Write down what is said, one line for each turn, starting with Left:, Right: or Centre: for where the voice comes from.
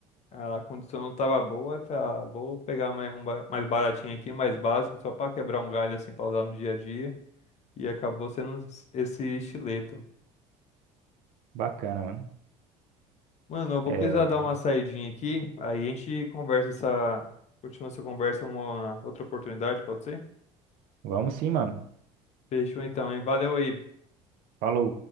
Left: a condição não tava boa, aí eu falei, ah, vou pegar mais um ba- mais baratinho aqui, mais básico, só para quebrar um galho assim para usar no dia a dia, e acabou sendo esse estileta.
Right: Bacana, mano.
Left: Mano, eu vou
Right: É,
Left: precisar dar uma saidinha aqui, aí a gente conversa essa, continua essa conversa em uma outra oportunidade, pode ser?
Right: vamos sim, mano.
Left: Fechou então, hein? Valeu aí.
Right: Falou.